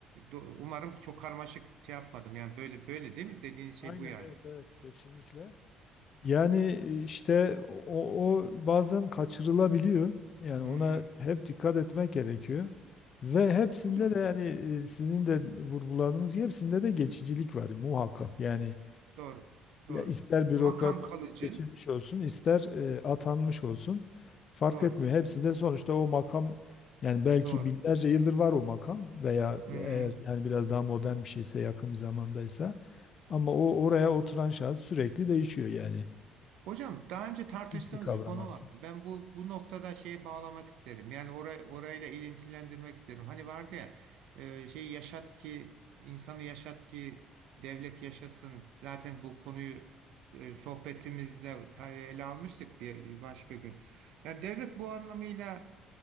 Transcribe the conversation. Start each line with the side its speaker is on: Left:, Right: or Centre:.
Right: Do- Umarım çok karmaşık şey yapmadım. Yani böyle böyle değil mi? Dediğiniz
Left: Aynen
Right: şey bu yani.
Left: evet evet kesinlikle. Yani e, işte o, o bazen kaçırılabiliyor. Yani
Right: Hı
Left: ona
Right: hı.
Left: hep dikkat etmek gerekiyor. Ve hepsinde
Right: Hocam
Left: de yani e, sizin de vurguladığınız gibi hepsinde de geçicilik var muhakkak. Yani
Right: doğru. Doğru.
Left: ya ister bürokrat
Right: Makam
Left: olsun,
Right: kalıcı.
Left: seçilmiş olsun, ister e, atanmış olsun fark
Right: Doğru.
Left: etmiyor. Hepsinde sonuçta o makam yani belki
Right: Doğru.
Left: binlerce yıldır var o makam veya
Right: Hı hı.
Left: eğer yani biraz daha modern bir şeyse yakın bir zamandaysa ama o oraya oturan şahıs sürekli değişiyor yani.
Right: Hocam daha önce tartıştığımız
Left: Hiçbir kavram
Right: bir konu
Left: aslında.
Right: vardı. Ben bu bu noktada şeyi bağlamak isterim. Yani orayı orayla ilintilendirmek isterim. Hani vardı ya e, şey yaşat ki insanı yaşat ki devlet yaşasın. Zaten bu konuyu e, sohbetimizde ta- ele almıştık bir, bir başka gün. Yani devlet bu anlamıyla